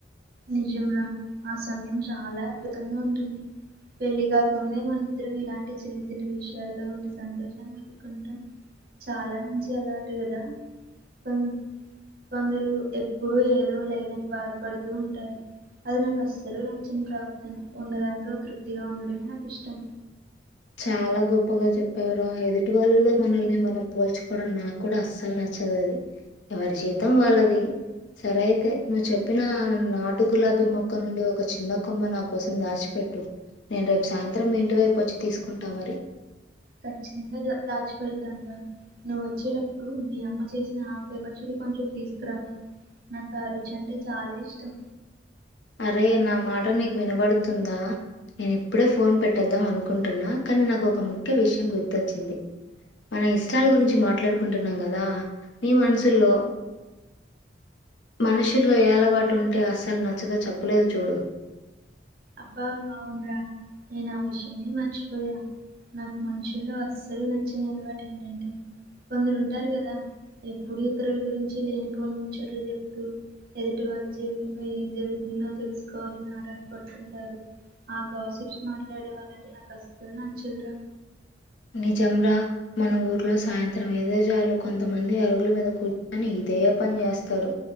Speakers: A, on the right; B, on the left.
A: నిజంరా ఆ సమయం చాలా అద్భుతంగా ఉంటుంది పెళ్లి కాకముందే మనద్దరం ఇలాంటి చిన్న చిన్న విషయాల్లో ఉన్న సంతోషాన్ని కుంట చాలా మంచి అలవాటు కదా కొ కొందరు ఎప్పుడు ఏదో లేదని బాధపడుతూ ఉంటారు అది నాకు అస్సలు నచ్చని ప్రవర్తన ఉన్న దాంతో తృప్తిగా ఉండడమే నాకు ఇష్టం
B: చాలా గొప్పగా చెప్పేరా ఎదుటి వాళ్ళలలో మనల్ని మనం పోల్చుకోవడం నాకు కూడా అస్సలు నచ్చదు అది ఎవరి జీతం వాళ్ళది సరే అయితే నువ్వు చెప్పిన నాటు గులాబీ మొక్క నుండి ఒక చిన్న కొమ్మ నా కోసం దాచి పెట్టు నేను రేపు సాయంత్రం మీ ఇంటి వైపు వచ్చి తీసుకుంటా మరి
A: ఖచ్చితంగా దా దాచిపడతానుగా నువ్వు వచ్చేటప్పుడు నీ అమ్మ చేసిన ఆవకాయ పచ్చడి కొంచెం తీసుకురావా నాకు ఆ రుచి అంటే చాలా ఇష్టం
B: అరే నా మాట నీకు వినబడుతుందా నేను ఇప్పుడే ఫోన్ పెట్టొద్దాం అనుకుంటున్నా కానీ నాకు ఒక ముఖ్య విషయం గుర్తొచ్చింది మన ఇష్టాల గురించి మాట్లాడుకుంటున్నాం కదా నీ మనసుల్లో మనుషుల్లో ఏ అలవాటు ఉంటే అస్సలు నచ్చదో చెప్పలేదు చూడు
A: అబ్బా అవున్రా నేను ఆ విషయే మర్చిపోయా నాకు మనుషుల్లో అస్సలు నచ్చని అలవాటు ఏంటంటే కొందరు ఉంటారు కదా ఎప్పుడు ఇతరుల గురించి లేనిపోని ముచ్చట్లు చెప్తూ ఎదుటి వాళ్ళ జీవితంలో ఏం జరుగుతుందో తెలుసుకోవాలని ఆర పడుతుంటారు ఆ గాసిప్స్ మాట్లాడే వాళ్ళంటే నాకు అసలు నచ్చదురా
B: నిజంరా మన ఊర్లో సాయంత్రం అయితే చాలు కొంతమంది అరుగుల మీద కూర్చొని ఇదే పని చేేస్తారు